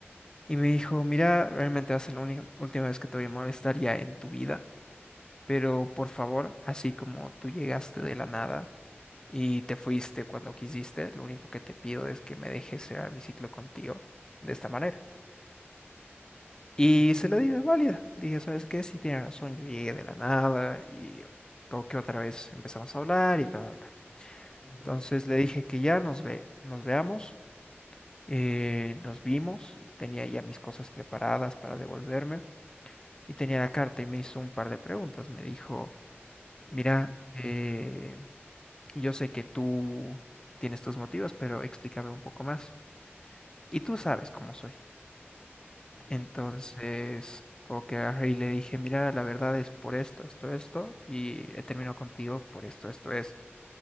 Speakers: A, on the left; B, on the left.
A: Y me dijo, mira, realmente va a ser la única- última vez que te voy a molestar ya en tu vida, pero por favor, así como tú llegaste de la nada y te fuiste cuando quisiste, lo único que te pido es que me dejes cerrar mi ciclo contigo de esta manera. Y
B: ujú,
A: se la di de válida. Dije, ¿sabes qué? Sí, tiene razón, yo llegué de la nada y como que otra vez empezamos a hablar y bla, bla, bla.
B: ujú,
A: Entonces le dije que ya nos ve, nos veamos, eh, nos vimos, y tenía ya mis cosas preparadas para devolverme y tenía la carta y me hizo un par de preguntas. Me dijo,
B: ya,
A: mira, eh, yo sé que tú tienes tus motivos, pero explícame un poco más. Y tú sabes cómo soy.
B: ya,
A: Entonces, como que agarré y le dije, mira, la verdad es por esto, esto, esto, y he terminado contigo por esto, esto, esto,